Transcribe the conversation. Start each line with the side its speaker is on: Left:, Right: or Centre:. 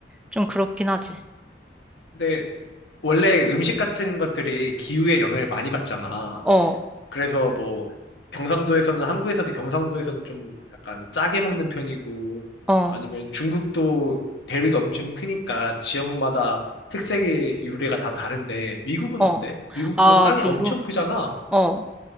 Centre: 좀 그렇긴 하지.
Left: 근데 원래 음식 같은 것들이 기후에 영향을 많이 받잖아.
Centre: 어,
Left: 그래서 뭐 경상도에서는 한국에서도 경상도에서는 좀 약간 짜게 먹는 편이고
Centre: 어,
Left: 아니면 중국도 대륙이 엄청 크니까 지역마다 특색의 요리가 다 다른데 미국은
Centre: 어.
Left: 어때? 미국도
Centre: 아,
Left: 땅이
Centre: 미국.
Left: 엄청 크잖아.
Centre: 어.